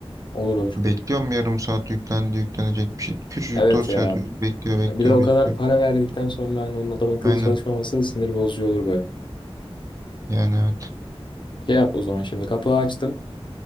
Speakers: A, on the left; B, on the right.
A: Olur olur.
B: Bekliyorum yarım saat yüklendi yüklenecek bir şey. Küçücük
A: Evet
B: dosya
A: ya.
B: atıyoruz. Bekliyor bekliyor
A: Bir de o
B: bekliyor.
A: kadar para verdikten sonra hani onun adam akıllı
B: Aynen.
A: çalışmaması sinir bozucu olur baya.
B: Yani evet.
A: Şey yap o zaman şimdi kapağı açtın.